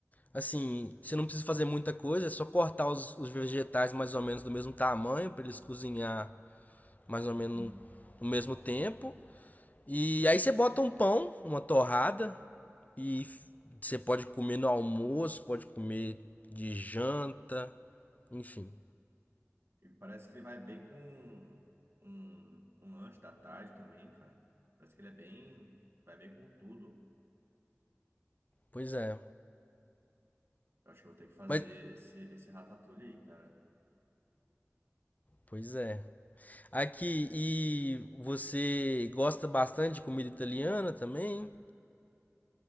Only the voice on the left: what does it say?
assim, você não precisa fazer muita coisa, é só cortar os, os vegetais mais ou menos do mesmo tamanho, para eles cozinhar mais ou
menos no, no mesmo tempo. E aí você bota um pão, uma torrada, e você pode comer no almoço, pode comer de janta, enfim.
Pois é.
Mas,
pois é. Aqui, e você gosta bastante de comida italiana também?